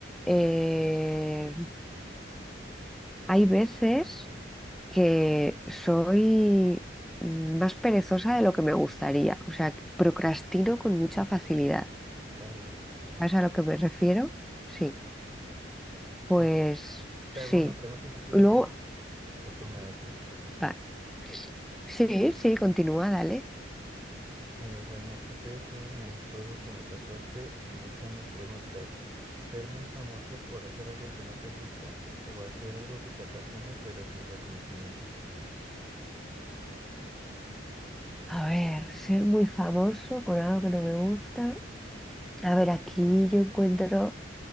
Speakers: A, in the centre; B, on the right.
A: eh, hay veces que soy más perezosa de lo que me gustaría, o sea, que procrastino con mucha facilidad.
B: vale.
A: ¿Sabes a lo que me refiero? Sí, pues
B: Mm, Te
A: sí.
B: hago una pregunta si quieres
A: Luego,
B: yo o tú me haces.
A: ah, sí, sí, continúa, dale.
B: Eh, bueno, estoy aquí en el juego que me pasaste y son las preguntas. ¿Ser muy famoso por hacer algo que no te gusta o hacer algo que te apasiona pero sin reconocimiento?
A: A ver, ser muy famoso con algo que no me gusta. A ver, aquí yo encuentro